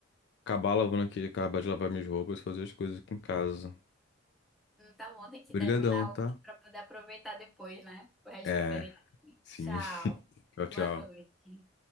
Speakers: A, on the left (about 55°); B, in the centre.
A: acabar lavando aqui, acabar de lavar minhas roupas, fazer as coisas aqui em casa.
B: Então, vão ter que
A: Obrigadão,
B: terminar
A: tá?
B: hoje para poder aproveitar depois, né? O resto
A: É,
B: do feriado.
A: sim.
B: Tchau.
A: <laughs> Tchau,
B: Boa
A: tchau.
B: noite.